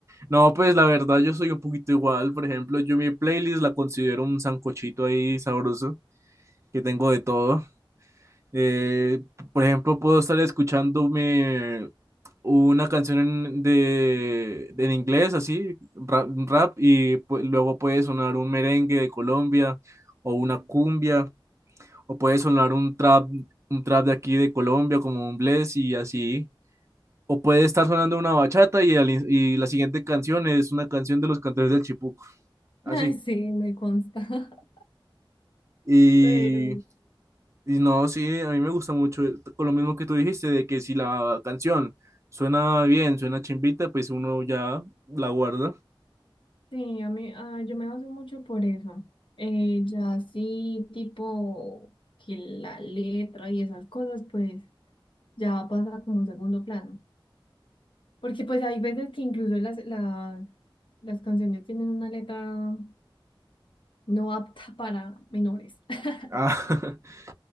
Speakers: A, on the right (about 30°); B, on the left (about 70°).
A: No, pues la verdad yo soy un poquito igual. Por ejemplo, yo mi playlist la considero un sancochito ahí sabroso, que tengo de todo. Eh, por ejemplo, puedo estar escuchándome una canción en, de, de- en inglés, así, rap, rap, y pu- luego puede sonar un merengue de Colombia o una cumbia, o puede sonar un trap, un trap de aquí de Colombia como un bless y así. O puede estar sonando una bachata y, al in- y la siguiente canción es una canción de los cantores del Chipuco. Así.
B: <laughs> Sí, me consta. <laughs>
A: Y,
B: Pero
A: y no, sí, a mí me gusta mucho. eh, Con lo mismo que tú dijiste, de que si la canción suena bien, suena chimbita, pues uno ya la guarda.
B: Sí, a mí, ah, yo me baso mucho por eso. Eh, ya sí, tipo que la letra y esas cosas, pues ya pasa como un segundo plano. Porque pues hay veces que incluso las, las, las canciones tienen una letra no apta para menores. <laughs>
A: Ah, <laughs>